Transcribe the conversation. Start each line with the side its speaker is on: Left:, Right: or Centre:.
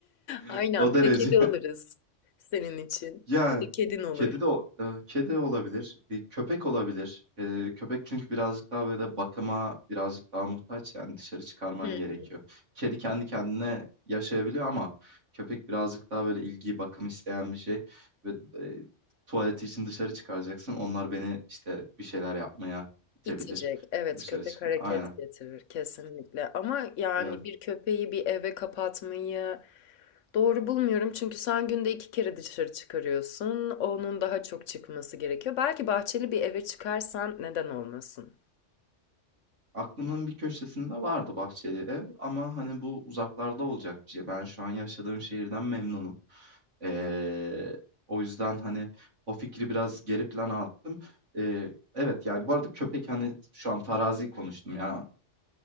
Right: <laughs>
Left: Aynen
Right: O derece.
Left: bir de kedi alırız
Right: <laughs>
Left: senin için.
Right: Yani
Left: Bir kedin olur.
Right: kedi de o- e, kedi olabilir. e, köpek olabilir. E, köpek çünkü birazcık daha böyle bakıma birazcık daha muhtaç yani dışarı çıkarman
Left: Hı hı.
Right: gerekiyor. Kedi kendi kendine yaşayabiliyor ama köpek birazcık daha böyle ilgi bakım isteyen bir şey ve e, tuvaleti için dışarı çıkaracaksın. Onlar beni işte bir şeyler yapmaya itebilir.
Left: İtecek. Evet,
Right: Dışarı
Left: köpek
Right: çıkma
Left: hareket
Right: Aynen.
Left: getirir kesinlikle ama yani
Right: Evet.
Left: bir köpeği bir eve kapatmayı doğru bulmuyorum. Çünkü sen günde 2 kere dışarı çıkarıyorsun. Onun daha çok çıkması gerekiyor. Belki bahçeli bir eve çıkarsan neden olmasın?
Right: Aklımın bir köşesinde vardı bahçeli ev ama hani bu uzaklarda olacak bir şey. Ben şu an yaşadığım şehirden memnunum. Ee, o yüzden hani o fikri biraz geri plana attım. Ee, evet yani bu arada köpek hani şu an farazi konuştum ya.